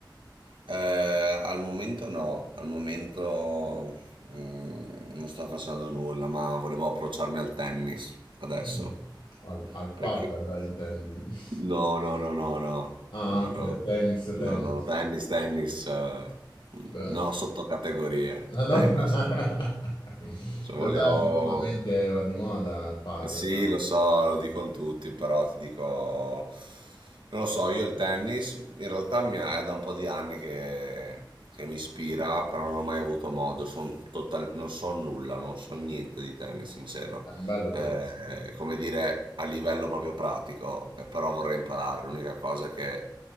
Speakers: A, on the right; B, on the left.
A: eh, al momento no, al momento mm, non sto facendo nulla, ma volevo approcciarmi al tennis adesso.
B: Mm. Al, al
A: Perché?
B: padel, intendi? <laughs>
A: No, no, no, no, no,
B: Ah,
A: no,
B: ok,
A: no,
B: tennis,
A: no,
B: tennis.
A: no,
B: sì.
A: tennis, tennis, eh,
B: Beh,
A: no, sottocategorie,
B: allora,
A: tennis.
B: <laughs>
A: Cioè,
B: lo
A: volevo...
B: sai che ultimamente va di moda il padel,
A: Sì, lo so, lo dicono tutti, però ti dico... Non lo so, io il tennis in realtà mi ha- è da un po' di anni che, che mi ispira, però non ho mai avuto modo, son total- non so nulla, non so niente di tennis, sincero.
B: è un bello tennis,
A: Eh,
B: no?
A: come dire, a livello proprio pratico, eh, però vorrei imparare. L'unica cosa è che